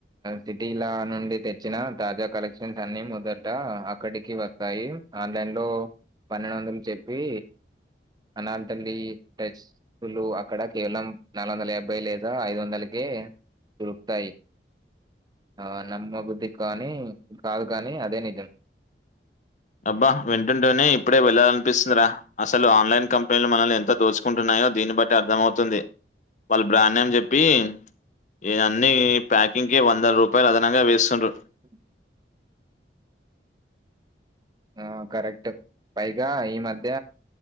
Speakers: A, on the right; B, on the left.
A: సిటీలా నుండి తెచ్చిన తాజా కలెక్షన్స్ అన్ని మొదట అక్కడికి వస్తాయి ఆన్లైన్ లో పన్నెండు వందలు చెప్పి అలాంటండి ప్రైస్ షులు అక్కడ కేవలం నాలుగు వందల యాబ్బై లేదా ఐదు వందలకే దొరుకుతాయి ఆ నమ్మబద్ది కానీ కాదు కానీ అదే నిజం
B: అబ్బా వింటుంటేనే ఇప్పుడే వెళ్ళాలినిపిస్తుందిరా అసలు ఆన్లైన్ కంపెనీలు మనల్ని ఎంత దోచుకుంటున్నాయో దీన్ని బట్టి అర్థమవుతుంది వాళ్ళు బ్రాండ్ నేమ్ జెప్పి ఇగ అన్ని ప్యాకింగ్ కి వంద రూపాయలు అదనంగా వేస్తుండ్రు
A: అ <inaudible> ఆ కరెక్ట్ పైగా ఈ మధ్య